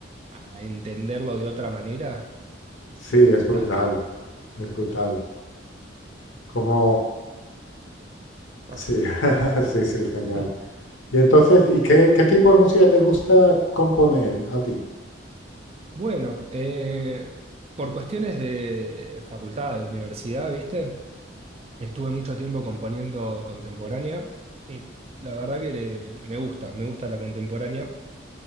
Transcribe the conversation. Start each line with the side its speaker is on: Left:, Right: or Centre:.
Right: a entenderlo de otra manera,
Left: Sí,
Right: fantástico.
Left: es brutal, es brutal. Como,
Right: Ah.
Left: sí, <laughs> sí, sí, genial.
Right: <laughs>
Left: Y entonces, ¿y qué, qué tipo de música te gusta componer a ti?
Right: Bueno, eh, por cuestiones de facultad, de universidad, ¿viste? Estuve mucho tiempo componiendo contemporánea y la verdad que le- me gusta, me gusta la contemporánea.